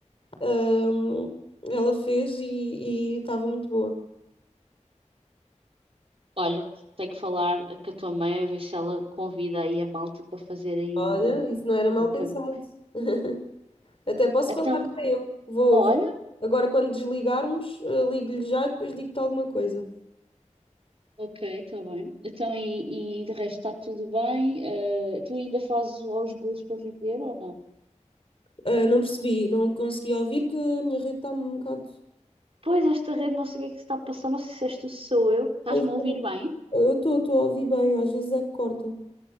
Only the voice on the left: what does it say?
ahm, ela fez e e estava muito boa.
Olha,
isso não era mal
pensado.
<laughs> Até posso
falar para eu. Vou,
vou- Agora, quando desligarmos, eh, ligo-lhe já e depois digo-te alguma coisa.
Ah, não percebi, não consegui ouvir que a minha rede está um bocado.
Pois,
Eu estou estou a ouvir bem, às vezes é que corta.